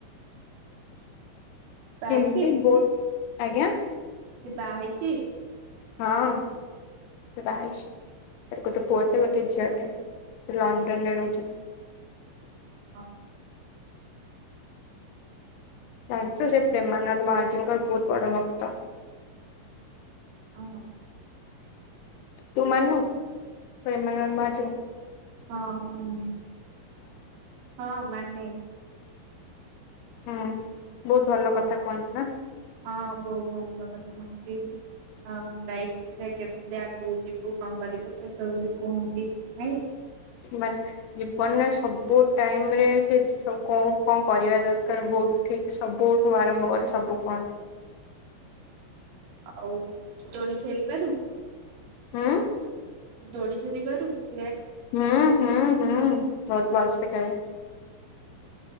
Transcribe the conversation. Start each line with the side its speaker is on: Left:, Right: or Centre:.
Right: ବାହା
Left: କେମିତି
Right: ହେଇଛି
Left: ବହୁ ଆଜ୍ଞା।
Right: ସେ ବାହା ହେଇଚି?
Left: ହଁ ସେ ବାହା ହେଇଚି। ତାର ଗୋଟେ ପୁଅଟେ ଗୋଟେ ଝିଅଟେ। ସେ ଲଡନରେ ରହୁଛନ୍ତି।
Right: ହଁ।
Left: ଜାଣିଚୁ
Right: ହଁ
Left: ସେ ପ୍ରେମାନନ୍ଦ ଜିଙ୍ଗଲପୁତ ବଡ଼ ଭକ୍ତ।
Right: ଓ ହ।
Left: ତୁ ମାନୁ? ହ ପ୍ରେମାନନ୍ଦ ମହା ଯଉ?
Right: ହଁ ମାନେ। ହଁ ମାନେ
Left: ହୁଁ ବହୁତ ଭଲ କଥା
Right: ଆଉ
Left: କୁହନ୍ତି ନା
Right: ହଁ ବହୁତ ଭଲ ଲୋକନ୍ତି ଆ ଲାଇ କେମତି ଆଗଉ ଯିବୁ କଣ କରିବୁ ସେ ସବୁ ବି କୁହନ୍ତି! ନାଇଁ।
Left: ହୁଁ ବନ ସବୁ ଟାଇମ ରେ ସେ କଣ କଣ କରିବା ଦରକାର ବହୁତ ଠିକ ସବୁଠୁ ଆରମ୍ଭ କରି ସବୁ କୁହନ୍ତି?
Right: ଆଉ ତ ଦୋଣ ଖେଳିପାରୁ
Left: ହୁଁ
Right: ସେ ଦଡି ଧଲି ପାରୁିବଛି
Left: ହୁଁ ହୁଁ ହୁଁ ହଉତ ଭଲସ ହଁ